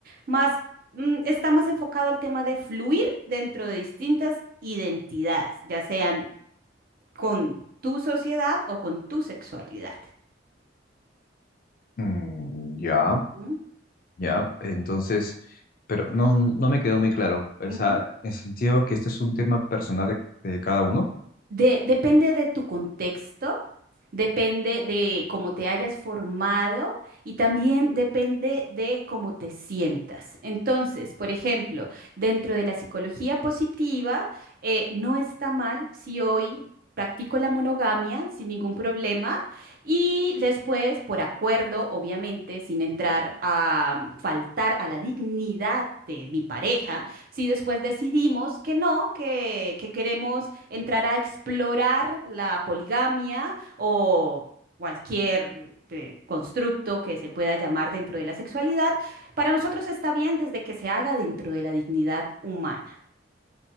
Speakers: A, on the right (about 50°); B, on the left (about 50°).
A: más mm, está más enfocado al tema de fluir dentro de distintas identidades, ya sean con tu sociedad o con tu sexualidad.
B: Mm, ya,
A: ¿Mm?
B: ya, entonces, pero no, no me quedó muy claro. O
A: Ujú.
B: sea, en sentido que este es un tema personal de, de cada uno.
A: De- depende de tu contexto, depende de cómo te hayas formado y también depende de cómo te sientas. Entonces, por ejemplo, dentro de la psicología positiva, eh, no está mal si hoy practico la monogamia sin ningún problema y después, por acuerdo, obviamente, sin entrar a mm, faltar a la dignidad de mi pareja, si después decidimos que no, que, que queremos entrar a explorar la poligamia o cualquier eh, constructo que se pueda llamar dentro de la sexualidad, para nosotros está bien desde que se haga dentro de la dignidad humana.